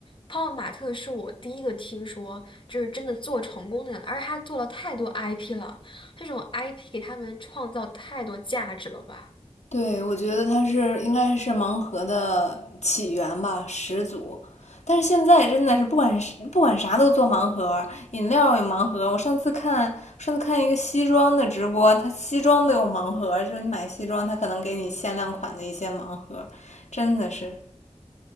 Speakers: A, on the left; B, on the left.
A: 泡泡玛特是我第一个听说，就是真的做成功的人，而且他做了太多 IP 了，这种 IP 给他们创造太多价值了吧。
B: 对，我觉得它是应该是盲盒的起源吧，始祖。但是现在真的是不管是不管啥都做盲盒，饮料有盲盒。我上次看上次看一个西装的直播，他西装都有盲盒，就是你买西装，他可能给你限量款的一些盲盒，真的是。